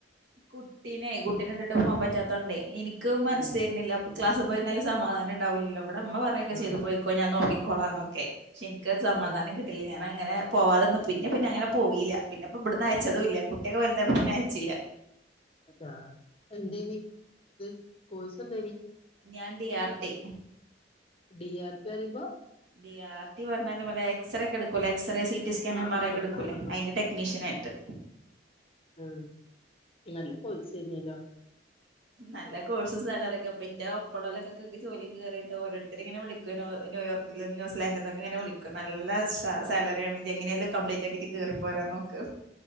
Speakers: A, on the right (about 75°); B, on the left (about 30°).
A: കുട്ടിനെ കുട്ടിനെ ഇട്ടിട്ട് പോകാൻ പറ്റാത്തോണ്ടേ എനിക്ക് മനസ്സ്
B: ഉം
A: വരുന്നില്ല ക്ലാസ് പോയിരുന്നാലും സമാധാനം ഉണ്ടാവില്ലോ ഇവിടെമ്മ പറയൊക്കെ
B: ആഹ്
A: ചെയ്ത് പോയിക്കോ ഞാൻ നോക്കിക്കോളാം ഒക്കെ ശെരിക്കരു സമാധാനം
B: ഉം
A: കിട്ടില്ല ഞാൻ പിന്നെ അങ്ങനെ പോവാതെ നിന്നു പിന്നെ പിന്നെ അങ്ങനെ പോയീല പിന്നെ പ്പോ ഇവിടുന്ന് അയച്ചതും ഇല്ല കുട്ടിയൊക്കെ വലുതായപ്പൊ പിന്നെ അയച്ചില്ല
B: ആ <unintelligible> എന്തനി ഇത് കോഴ്സ് എന്തയ്നി
A: ഞാൻ D R T
B: D R P പറയുമ്പോ
A: ഡി ആർ ടി പറഞ്ഞാല് മലേഎക്സറേ ഒക്കെ എടുക്കൂലേ എക്സ്റേ സിടി സ്കാൻ
B: ആഹ്
A: എം ആർ
B: ആഹ്
A: ഐക്കെടുക്കൂല്ലേ
B: ആഹ്
A: അതിന്റെ ടെക്നീഷ്യൻ ആയിട്ട്
B: ആ നല്ല കോഴ്സേർന്നേലോ
A: നല്ല കോഴ്സും സാലറിയൊക്കെ അപ്പ ഇന്റെ ഒപ്പള്ളലൊക്കൊക്കെ ജോലിക്ക് കേറീട്ട് ഓരോരുത്തര് ഇങ്ങനെ വിളിക്കു നോ ന്യൂയോർക്കിൽന്നും ന്യൂസിലാൻഡിനും ഇങ്ങെ വിളിക്കും നല്ല സാലറിയാണ് ഇജ്ജ് എങ്ങനെയെങ്കിലും കമ്പ്ലീറ്റ് ആക്കീട്ട് കേറി പോരാൻ നോക്ക്